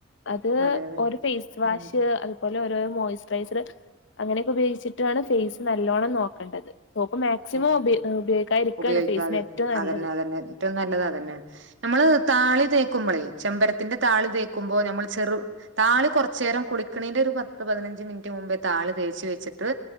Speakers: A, on the left; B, on the right.
A: അത്
B: അതെ അതെ
A: ഒര് ഫേസ് വാഷ്
B: ഉം
A: അതുപോലെ ഓരോ മോയ്സ്ചറൈസർ അങ്ങനെയൊക്കെ ഉപയോഗിച്ചിട്ടാണ് ഫേസ് നല്ലോണ്ണം നോക്കേണ്ടത് സോപ്പ് മാക് സിമം
B: ഉം
A: ഉപയോകി ഉപയോഗികാത്തിരിക്കാണ്
B: ഉപയോഗിക്കാതി
A: ഫേസിന് ഏറ്റവും നല്ലത്
B: അതന്നെ അതന്നെ ഏറ്റവും നല്ലതതന്നെ നമ്മള് താളി തേക്കുമ്പോളേ ചെമ്പരത്തിന്റെ താളി തേക്കുമ്പോ നമ്മൾ ചെറു താളി കൊറച്ചേരം കുളിക്കണീന്റെ ഒരു പത്ത് പതിനഞ്ച് മിനിറ്റ് മുമ്പേ താളി തേച്ച് വെച്ചിട്ട്